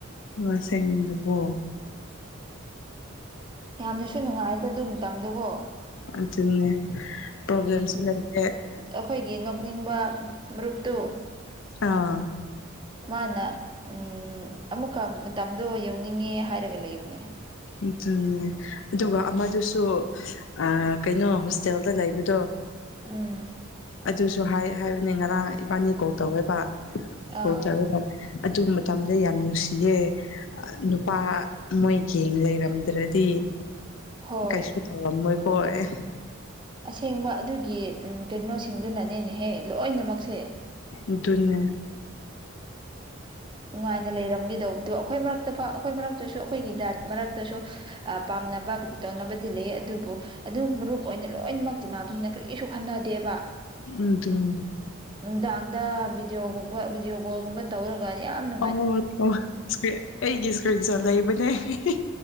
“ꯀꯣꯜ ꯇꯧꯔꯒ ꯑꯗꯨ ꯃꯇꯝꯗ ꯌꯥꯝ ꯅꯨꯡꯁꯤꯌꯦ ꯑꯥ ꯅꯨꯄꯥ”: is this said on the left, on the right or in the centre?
Left